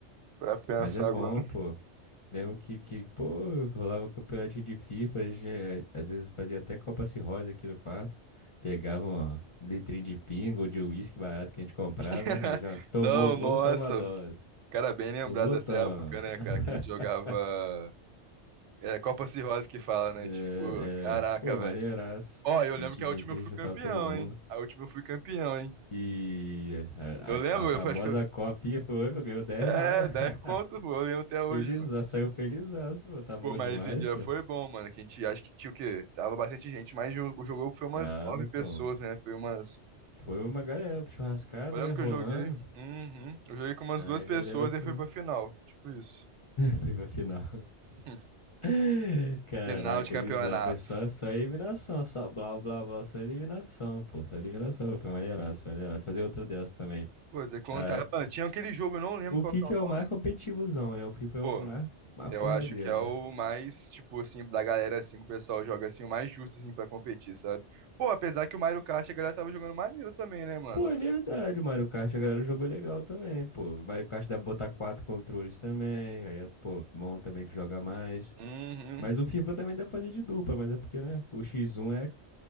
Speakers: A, on the right; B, on the left.
A: Pra pensar
B: Mas é bom,
A: agora.
B: pô. Lembro que, que, pô, rolava um campeonatinho de FIFA, a gente, eh, às vezes fazia até Copa Cirrose aqui no quarto, pegava uma litrinha de pinga ou de uísque barato que a gente comprava,
A: <laughs>
B: aí já tomou
A: Não,
B: o gol,
A: nossa.
B: toma a dose.
A: Cara, bem lembrado
B: Tomou,
A: dessa
B: toma.
A: época, né,
B: <laughs>
A: cara? Que a gente jogava. É Copa Cirrose que fala, né?
B: É,
A: Tipo, caraca,
B: é, pô, maneiraço.
A: velho. Ó, eu
B: A
A: lembro
B: gente
A: que a
B: vinha
A: última
B: aqui,
A: eu fui
B: juntava
A: campeão,
B: todo mundo.
A: hein? A última eu fui campeão, hein?
B: E a,
A: Eu lembro,
B: a- a famosa
A: eu acho que. eu-
B: copinha foi, pô, ganhou 10
A: É,
B: real.
A: 10 conto,
B: <laughs>
A: pô, eu lembro até hoje,
B: Feliz,
A: mano.
B: saiu felizaço, pô, tá bom
A: Pô, mas
B: demais,
A: esse dia
B: pô.
A: foi bom, mano. Que a gente acho que tinha o quê? Tava bastante gente, mas o o jogo foi umas
B: Tava,
A: nove pessoas,
B: pô.
A: né? Foi umas.
B: Foi uma galera, churrascada,
A: Eu lembro
B: né? Rolando.
A: que eu joguei. Uhum. Eu joguei com umas
B: Aí
A: duas
B: a
A: pessoas
B: galera
A: e
B: foi,
A: foi pra
B: <laughs>
A: final. Tipo isso.
B: foi pra final.
A: <laughs>
B: <laughs> Caraca,
A: Final de campeonato.
B: bizarro. Foi só, só eliminação, só blá blá blá, só eliminação, pô. Só eliminação, foi maneiraço, foi maneiraço. Fazer outra dessa também.
A: Pô, de contar.
B: Caraca.
A: Mano, tinha aquele jogo, eu não lembro
B: O
A: qual
B: FIFA
A: que é o
B: é
A: nome.
B: o mais competitivozão, né? O FIFA é
A: Pô,
B: o mais, mais
A: eu
B: porradeiro,
A: acho que é
B: né?
A: o mais, tipo assim, da galera assim, que o pessoal joga assim, o mais justo assim pra competir, sabe? Pô, apesar que o Mario Kart a galera tava jogando maneiro também, né, mano?
B: Pô, é verdade, o Mario Kart, a galera jogou legal também, pô. O Mario Kart dá pra botar quatro controles também. Aí, é, pô, bom também que joga mais.
A: Uhum.
B: Mas o FIFA também dá pra fazer de dupla, mas é porque, né? O X1 é